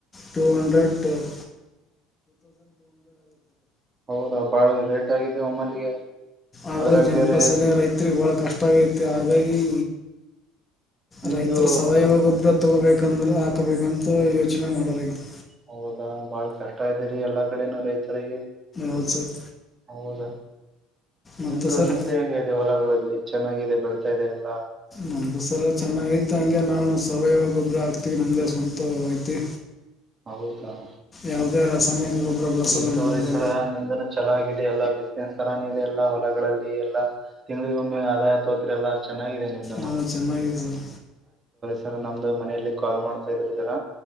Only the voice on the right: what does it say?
ಹೌದಾ ಬಾಳ ರೇಟ್ ಆಗಿದೆ ಒಮ್ಮಲ್ಲಿಗೆ
ಅದ್ರಾಗ
ಬೇರೆ
ನಿಮ್ದು
ಹೌದಾ ಬಾಳ್ ಕಷ್ಟ ಇದ್ದರಿ ಎಲ್ಲಾ ಕಡೆನೂ ರೈತರಿಗೆ
ಹೌದಾ
ನಿಮ್ದು
ನಿಮ್ದೆ ಹೆಂಗ ಇದೆ ಹೊಲಗಳಲ್ಲಿ ಚೆನ್ನಾಗಿದೆ ಬೆಳ್ತಾ ಇದೆ ಎಲ್ಲ
ಹ
ಇಲ್ಲಿ ತೋರಿಸರ
ನಿಮ್ದ ಚೆನ್ನಾಗಿದೆಲ್ಲ ಸ್ಥರಾನ ಇದೆ ಎಲ್ಲ ಹೊಲಗಳಲ್ಲಿ ಎಲ್ಲಾ ತಿಂಗಗಳಿಗೊಮ್ಮೆ ಆದಾಯ ತೋತ್ರೆ ಎಲ್ಲ ಚೆನ್ನಾಗಿದೆ ನಿಮ್ದ
ಸರ ನಮ್ದು ಮನೆಯಲ್ಲಿ ಕಾಲ್ ಮಾಡ್ತಾ ಇದ್ರು ಜರ